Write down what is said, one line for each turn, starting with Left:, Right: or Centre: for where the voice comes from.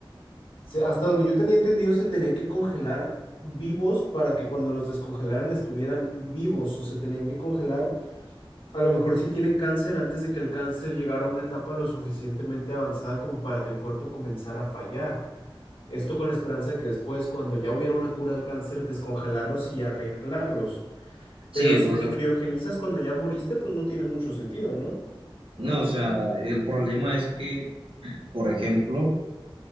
Left: se- hasta donde yo tenía entendido, se tenían que congelar vivos para que cuando los descongelaran estuvieran vivos, o se tenían que congelar A lo mejor sí tienen cáncer antes de que el cáncer llegara a una etapa lo suficientemente avanzada como para que el cuerpo comenzara a fallar. Esto con la esperanza de que después, cuando ya hubiera una cura al cáncer, descongelarlos y arreglarlos.
Right: Sí,
Left: Pero si
Right: o
Left: te
Right: sea,
Left: criogenizas cuando ya moriste, pues no tiene mucho sentido, ¿no?
Right: no, o sea, el problema es que, por ejemplo,